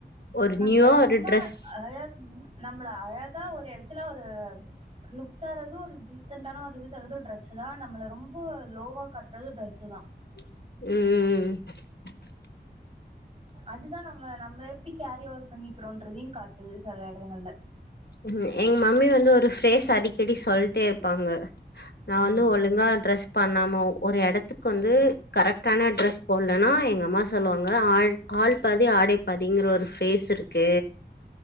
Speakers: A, on the left; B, on the right.
A: ஒரு
B: நம்மள
A: நியூவா
B: ரொம்ப
A: ஒரு ட்ரெஸ்
B: அழகு நம்ளை அழ க்கா ஒரு எடத்துல ஒரு லுத்தரு டீசண்டான ஒரு டிரரெஸ்ஷுதா நம்மள ரொம்ப லோவா கட்டுறது டிரெஸ்சுதா
A: உம் உம் உம்
B: அதுதா நம்மள நம்மள எப்படி கேரி ஓவர் பண்ணிக்கிறோன்றதையு காட்டுது செல எடங்கள்ல
A: உம் எங்க மம்மி வந்து ஒரு ப்ரேஷ் அடிக்கடி சொல்ட்டேருப்பாங்க நா
B: ம்
A: வந்து ஒழுங்கா ட்ரெஸ் பண்ணாம ஒரு எடத்துக்கு வந்து து கரெக்டான ட்ரெஸ் போட்லன்னா எங்க அம்மா சொல்வாங் அதா ஆள் ஆள் பாதி ஆடை பாதிங்ற ஒரு ஃபேசுரு <inaudible>